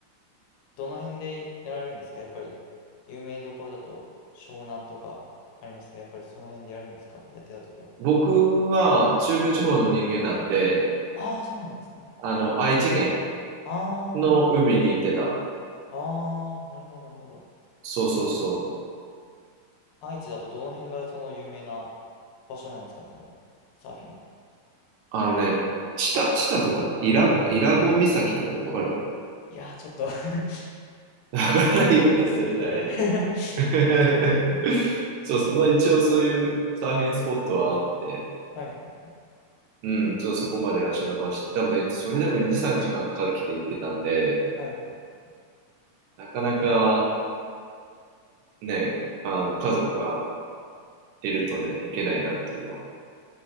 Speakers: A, on the left (about 85°); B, on the right (about 75°).
A: どの辺でやられるんですかやっぱり、有名どころだと、湘南とかありますかやっぱりその辺でやるんですかやってた時は。
B: 僕は中部地方の人間なんで、
A: ああ、そうなんですね。
B: あの、愛知県
A: ああ、
B: の海に行ってた。
A: なるほど。ああ、なるほど、なるほど。
B: そうそうそう。
A: 愛知だとどの辺がその有名な場所なんですか、そのサーフィンの。
B: あのね、知多、知多とかって、伊良、伊良湖岬とかってわかるかね
A: いやー、ちょっと <laughs>
B: <laughs> わからないよね、
A: 疎すぎて
B: 絶対に。
A: <laughs>
B: <laughs> そうそう。まあ一応そういうサーフィンスポットはあって、
A: はいはいはい。
B: うん、ちょっとそこまで足伸ばして、でも、それでも2、3時間かんかけて行ってたんで、
A: はいはい。
B: なかなか、ね、あの、家族がいるとね、いけないなっていうのは。